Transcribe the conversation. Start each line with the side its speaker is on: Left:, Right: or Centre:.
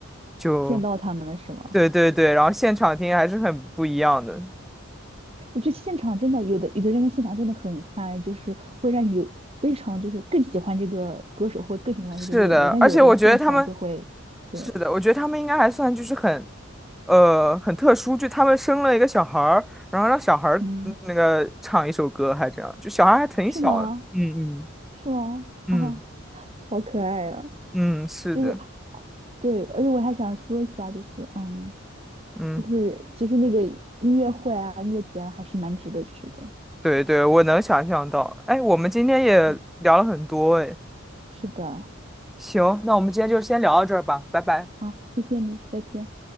Centre: 就。
Right: 见到他们了是吗？
Centre: 对对对，然后现场听还是很不一样的。
Right: 我觉得现场真的有的有的人现场真的很嗨，就是会让你有非常就是更喜欢这个歌手，或更喜欢这个乐队。
Centre: 是的，
Right: 但有的现场就会，
Centre: 而且我觉得他们，
Right: 对，
Centre: 是的，我觉得他们应该还算就是很，呃，很特殊，就他们生了一个小孩儿，然后让小孩儿嗯那个唱一首歌，
Right: 嗯，
Centre: 还这样，就小孩儿还挺小的。
Right: 是吗？
Centre: 嗯嗯
Right: 是吗？
Centre: 嗯
Right: 哦，好可爱啊！
Centre: 嗯，是的，
Right: 就是对，而且我还想说一下，就是嗯，
Centre: 嗯，
Right: 就是其实那个音乐会啊、音乐节啊还是蛮值得去的。
Centre: 对对，我能想象到。哎，我们今天也聊了很多，
Right: 嗯，
Centre: 哎，
Right: 是的，
Centre: 行，那我们今天就先聊到这儿吧，拜拜。
Right: 好，谢谢你，再见。